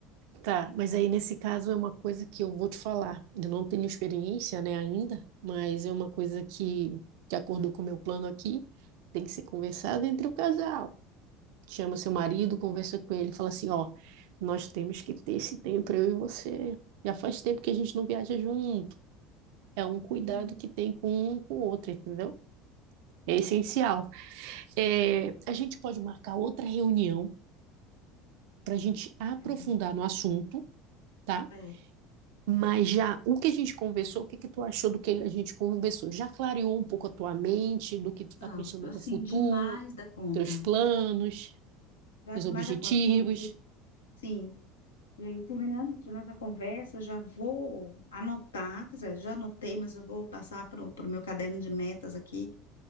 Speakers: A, on the right (about 65°); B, on the left (about 80°).
A: Tá, mas aí nesse caso é uma coisa que eu vou te falar. Eu não tenho experiência, né, ainda, mas é uma coisa que, que acordou com o meu plano aqui, tem que ser conversado entre o casal. Chama seu marido, conversa com ele, fala assim, ó, nós temos que ter esse tempo, eu e você. Já faz tempo que a gente não viaja junto. É um cuidado
B: Hum,
A: que tem com um com o outro, entendeu? É essencial. É, a gente pode marcar outra reunião para a gente aprofundar
B: Maravilha.
A: no assunto, tá?
B: É,
A: Mas já o que a gente conversou, o que que tu achou do que a gente conversou? Já clareou um pouco a tua mente, do que tu
B: são,
A: tá pensando
B: assim,
A: para o futuro,
B: demais da conta.
A: teus planos,
B: Já
A: teus
B: demais
A: objetivos?
B: da conta, porque sim. É, terminando aqui nossa conversa, eu já vou anotar, quer dizer, já anotei, mas eu vou passar para o meu caderno de metas aqui.